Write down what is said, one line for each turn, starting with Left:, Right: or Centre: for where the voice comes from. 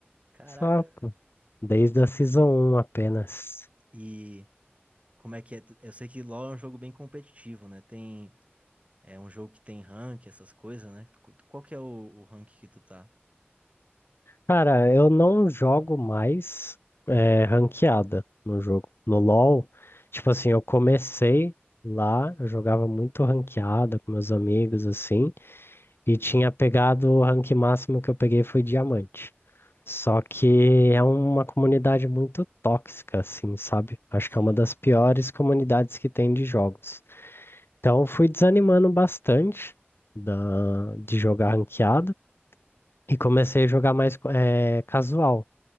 Right: Caraca.
Left: Só, pô. Desde
Right: E, que-
Left: a Season um apenas.
Right: e como é que é? Eu sei que LoL é um jogo bem competitivo, né? Tem, é um jogo que tem rank, essas coisas, né? Qu- Qual que é o, o rank que tu tá?
Left: Cara, eu não jogo mais eh, ranqueada no jogo. No LoL, tipo assim, eu comecei lá, eu jogava muito ranqueada com meus amigos, assim. E tinha pegado o rank máximo que eu peguei foi diamante. Só que é uma comunidade muito tóxica, assim, sabe? Acho
Right: Sim,
Left: que é uma das piores comunidades que tem de jogos. Então eu fui desanimando bastante da, de jogar ranqueado e comecei a jogar mais eh, casual.